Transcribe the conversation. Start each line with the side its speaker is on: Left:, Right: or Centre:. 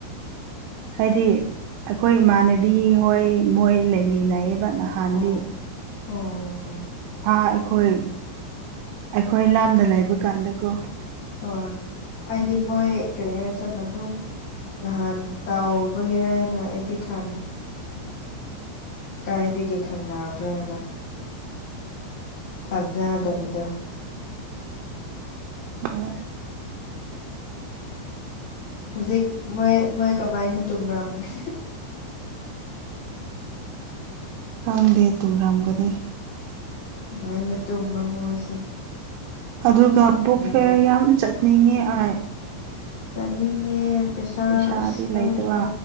Right: ꯍꯥꯏꯗꯤ ꯑꯩꯈꯣꯏ ꯏꯃꯥꯟꯅꯕꯤ ꯍꯣꯏ ꯃꯣꯏ ꯂꯩꯃꯤꯟꯅꯩꯌꯦꯕ ꯅꯍꯥꯟꯗꯤ
Left: ꯑꯣ ꯑꯣ
Right: ꯍꯥꯥ ꯑꯩꯈꯣꯏ ꯑꯩꯈꯣꯏ ꯂꯥꯝꯗ ꯂꯩꯕ ꯀꯥꯟꯗꯀꯣ
Left: ꯑꯣ ꯑꯩꯗꯤ ꯃꯣꯏ ꯀꯔꯤ ꯍꯥꯏꯁꯦ ꯃꯅꯨꯡ ꯅꯍꯥꯟ ꯇꯥꯎꯕꯒꯤꯔꯅ ꯑꯩꯗꯤ ꯈꯪꯉꯤ ꯀꯥꯏꯗꯒꯦ ꯈꯪꯅꯕ꯭ꯔꯥꯅ ꯊꯖꯗꯕꯗꯣ
Right: <unintelligible>
Left: ꯍꯧꯖꯤꯛ ꯃꯣꯏ ꯃꯣꯏ ꯀꯃꯥꯏꯅ ꯇꯨꯝꯔꯝꯒꯦ
Right: ꯈꯪꯗꯦ ꯇꯨꯝꯔꯝꯒꯅꯤ
Left: ꯀꯃꯥꯏꯅ ꯇꯨꯝꯕꯔꯥ ꯃꯣꯏꯁꯦ
Right: ꯑꯗꯨꯒ ꯕꯨꯛ
Left: ꯉꯥꯏꯈꯣ
Right: ꯐꯤꯔ ꯌꯥꯝ ꯆꯠꯅꯤꯡꯉꯦ ꯑꯩ
Left: ꯆꯥꯠꯅꯤꯡꯉꯦ ꯄꯩꯁꯥ
Right: ꯄꯩꯁꯥꯗꯤ
Left: ꯑꯁ ꯈꯪꯗꯦ
Right: ꯂꯩꯇꯕ